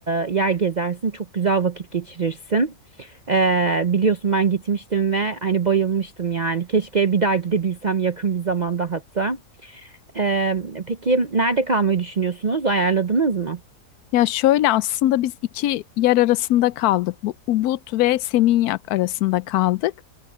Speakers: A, on the right; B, on the left.
A: e, yer gezersin, çok güzel vakit geçirirsin. Ee, biliyorsun ben gitmiştim ve hani bayılmıştım yani. Keşke bir daha gidebilsem yakın bir zamanda hatta. Ee, peki nerede kalmayı düşünüyorsunuz? Ayarladınız mı?
B: Ya şöyle aslında biz iki yer arasında kaldık. Bu Ubud ve Seminyak arasında kaldık.